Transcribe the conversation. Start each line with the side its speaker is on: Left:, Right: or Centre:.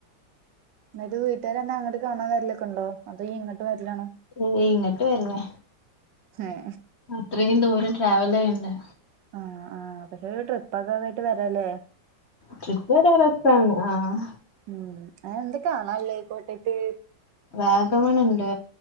Right: അത് വീട്ടാര് ന്നെ അങ്ങട്ട് കാണാൻ വരലൊക്കെണ്ടോ അതോ ഇ ങ്ങട്ട് വരലാണോ?
Left: ഏയ് ഇങ്ങട്ട് വരുന്നേ
Right: ഏ
Left: അത്രയും ദൂരം ട്രാവല് യ്യണ്ടേ
Right: ആഹ് ആഹ് പ്പ് ട്രിപ്പ്ക്കെകൊയിട്ട് വരല്ലേ
Left: ട്രിപ്പ്‌ <unintelligible> രവസ്ഥാണ് ആഹ്
Right: ഉം അ എന്ത്‌ കാണായില്ലേ കോട്ടയത്ത്?
Left: വഗമണുണ്ട്